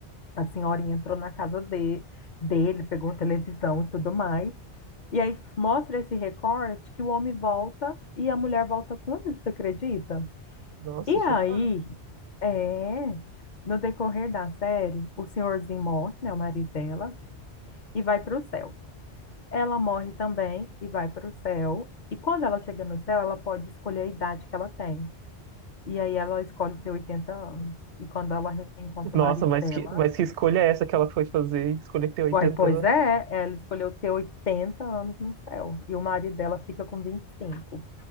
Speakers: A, on the left (about 50°); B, on the right (about 85°).
A: a senhorinha entrou na casa de- dele, pegou a televisão e tudo mais. E aí mostra esse recorte que o homem volta e a mulher volta com ele, você acredita?
B: Nossa,
A: E
B: chocado.
A: aí, é, no decorrer da série, o senhorzinho morre, né, o marido dela, e vai para o céu. Ela morre também e vai para o céu. E quando ela chega no céu, ela pode escolher a idade que ela tem. E aí ela escolhe ter 80 anos. E quando ela reencontra
B: Nossa,
A: o marido
B: mas
A: dela,
B: que, mas que escolha é essa que ela foi fazer? Escolher ter 80
A: Uai, pois
B: anos.
A: é, ela escolheu ter 80 anos no céu e o marido dela fica com vinte e cinco.